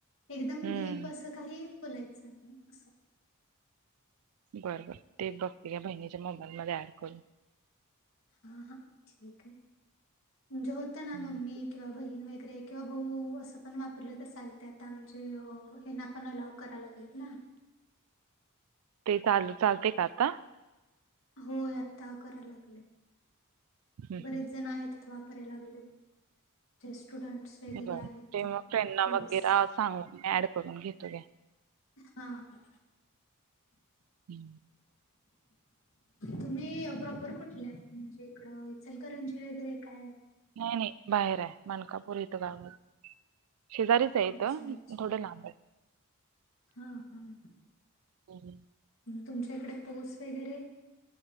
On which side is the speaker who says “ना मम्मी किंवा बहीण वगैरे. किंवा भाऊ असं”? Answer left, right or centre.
Left